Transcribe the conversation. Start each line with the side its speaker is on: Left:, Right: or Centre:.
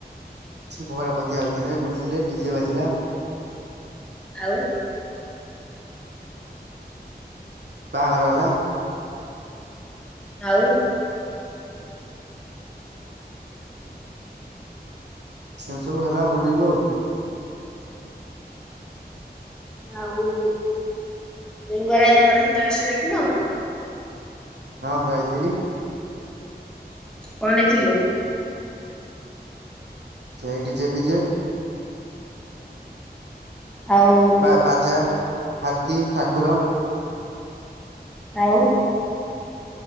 Right: ଶିବ ପାର୍ବତୀ ଆଉଥିଲେ ବୁଲିଲେ ଡିଜେ ବାଜିଲା।
Centre: ଆଉ
Right: ବାହାଘର ହେଲା।
Centre: ଆଉ
Right: ସେମତି ସବୁ ହେଲା ବୁଲିଲୁ ଆଉ।
Centre: ଆଉ ଲିଙ୍ଗରାଜଙ୍କର ଶୀତଳ ଷଷ୍ଠୀ ଦେଖିନ।
Right: ହଁ ଯାଇଥିଲି।
Centre: କଣ ଦେଖିଲୁ?
Right: ସେଇଟି ଚେପିଚେ।
Centre: ଆଉ
Right: ବା ବାଜା ହା ନ୍ତି ଠାକୁର।
Centre: ଆଉ।